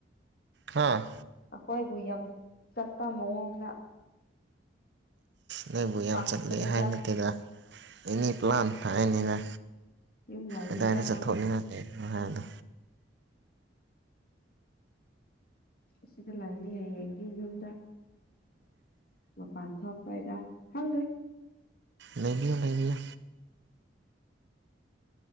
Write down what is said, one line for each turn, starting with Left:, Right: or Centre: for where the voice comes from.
Right: ꯍꯥꯥ
Left: ꯑꯩꯈꯣꯏꯕꯨ ꯌꯥꯝ ꯆꯠꯄ ꯃꯑꯣꯡꯗ
Right: ꯅꯣꯏꯕꯨ ꯌꯥꯝ
Left: ꯄꯥꯛꯇ꯭ꯔꯦꯗ
Right: ꯆꯠꯂꯦ ꯍꯥꯏꯕ ꯅꯠꯇꯦꯗ ꯑꯦꯅꯤ ꯄ꯭ꯂꯥꯟ ꯍꯥꯏꯅꯤꯅ
Left: ꯌꯨꯝ ꯂꯩꯅꯤꯗ
Right: ꯑꯗꯥꯏꯅ ꯆꯠꯊꯣꯛꯅꯤꯡꯉꯗꯤ <unintelligible>
Left: ꯁꯤꯒ ꯂꯥꯛꯅꯤ ꯍꯌꯦꯡꯗꯤ ꯌꯨꯝꯗ ꯃꯄꯥꯟ ꯊꯣꯛꯄꯩꯗ ꯈꯪꯗ‌ꯦ
Right: ꯂꯩꯕꯤꯌꯨ ꯂꯩꯕꯤꯌꯨ